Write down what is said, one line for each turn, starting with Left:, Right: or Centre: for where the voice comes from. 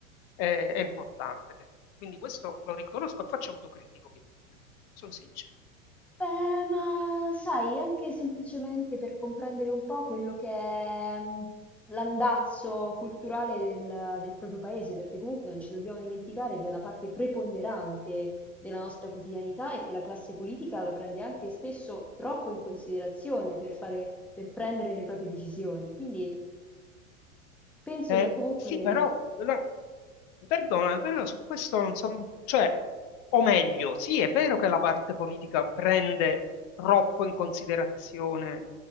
Left: eh, è importante. Quindi questo lo riconosco e faccio autocritico, obiettivamente. Sono sincero.
Centre: Beh, ma sai, anche semplicemente per comprendere un po' quello che è mh, l'andazzo culturale del, del proprio paese, perché comunque non ci dobbiamo dimenticare che è una parte preponderante della nostra quotidianità e che la classe politica lo prende anche spesso troppo in considerazione per fare, per prendere le proprie decisioni. Quindi penso
Left: Eh,
Centre: che comunque
Left: sì, però, no, perdonami, però su questo non sono, cioè, o meglio, sì, è vero che la parte politica prende troppo in considerazione